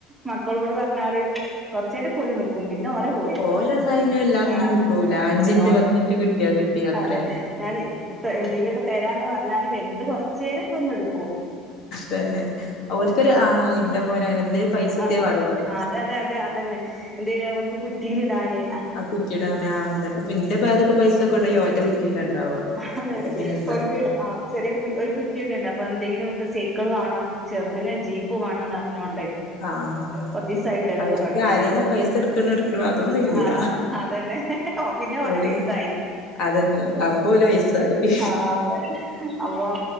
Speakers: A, in the centre; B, on the left (about 50°).
A: മക്കളോട് പർഞ്ഞാല് കൊർചേരം ഒക്കെ ഓലും നി ക്കും പിന്നെ ഓലേ പോയി
B: ഓലൊന്നയിന് വല്ലാതൊന്നും
A: ആഹ്
B: കിട്ടൂല അഞ്ചിൻറ്റ്
A: അതെ ഓ
B: പത്തിൻറ്റ് കിട്ടിയാ കിട്ടി അത്രന്നെ
A: അതെ ഞാനെ ഇപ്പ എന്തെലൊക്കെ തരാന്ന് പർഞ്ഞാല് വെൽത് കൊർചേരൊക്കെ ഒന്ന്ട്ക്കും
B: തന്നെ ഓൽക്കൊരു ആഹ് ഇന്റെ മോന് അങ്ങനെന്നെ പൈസ എത്തേം
A: ആഹ്
B: വേണം പറിം
A: ആഹ് അതെ അതെ അതെ അതന്നെ എന്തേലു ഓൽക്ക് കുറ്റിലിടാന്
B: അഹ് കുറ്റിടാനാ ഇന്നട്ട് പിന്റെ ബെഗ്ത്തെ പൈസ കൊണ്ടോയി ഓന്റെ കുറ്റിയിലാ ഇണ്ടാവാ
A: അതെ
B: അതാ
A: അതെ
B: പിന്നെണ്ടാവും
A: ഓൽക്ക് ആഹ് ചെറിയൊര് ഒരു കുറ്റിയൊക്കെണ്ട് അപ്പൊ എന്തെങ്കിലുക്കെ സൈക്കിള് വാണം ചെർതിന് ജീപ്പ് വാണംന്ന് പർഞ്ഞോണ്ട്
B: ആഹ്
A: കൊർച്ചീസായി ടെലൊക്കെ
B: അവർക്ക്
A: തൊട്ത്തിട്ട്
B: ആരേന്നാ പൈസ എടുക്കണെ എടുക്കണെ അതൊന്നുല്ല
A: ആഹ് അതന്നെ ഓ പിന്നെ ഓലേ
B: ഓല്
A: പൈസായി
B: അതന്നെ അപ്പൊ ഓല് വയസ്സായി
A: ആഹ് അതെ അപ്പം